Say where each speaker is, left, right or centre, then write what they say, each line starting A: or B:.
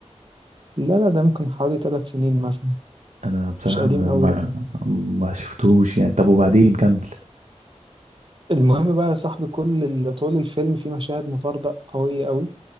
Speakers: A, on the right (about 45°); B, on the right (about 80°).
A: لا لا ده ممكن حوالي ثلاث سنين مثلا
B: انا بصراحة
A: مش قديم
B: ما
A: قوي
B: ما,
A: لا
B: ما شفتهوش يعني طب وبعدين كمل
A: المهم بقى يا صاحبي كل ال... طول الفيلم في مشاهد مطاردة قوية قوي